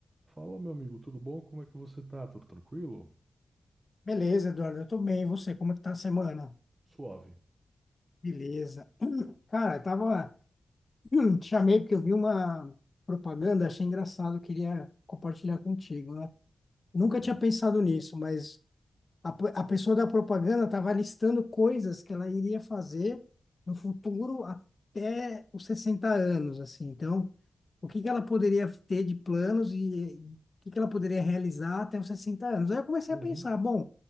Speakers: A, on the right; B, on the left.
A: Fala, meu amigo, tudo bom? Como é que você tá? Tudo tranquilo?
B: Beleza, Eduardo, eu tô bem. E você, como é que tá a semana?
A: Suave.
B: Beleza. <clears throat> Cara, eu tava... <clears throat> Te chamei porque eu vi uma propaganda, achei engraçado, eu queria compartilhar contigo, né? Nunca
A: Hum.
B: tinha pensado nisso, mas a, pe- a pessoa da propaganda tava listando coisas que ela iria fazer no futuro até os 60 anos, assim. Então, o que que ela poderia ter de planos e e o que que ela poderia realizar até os 60 anos? Aí eu comecei
A: Uhum.
B: a pensar, bom,